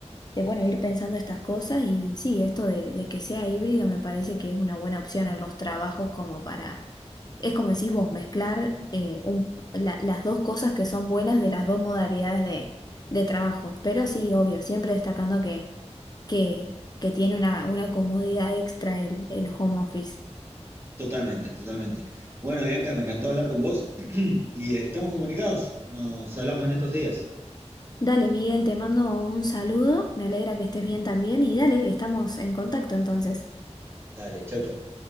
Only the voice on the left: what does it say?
de bueno, ir pensando estas cosas y sí, esto de, de que sea híbrido me parece que es una buena opción en los trabajos como para, es como decís vos, mezclar eh, un- la- las dos cosas que son buenas de las dos modalidades de, de trabajo. Pero sí, obvio, siempre destacando que, que, que tiene una, una comodidad extra el, el home office.
Dale, Miguel, te mando un saludo, me alegra que estés bien también y dale, estamos en contacto entonces.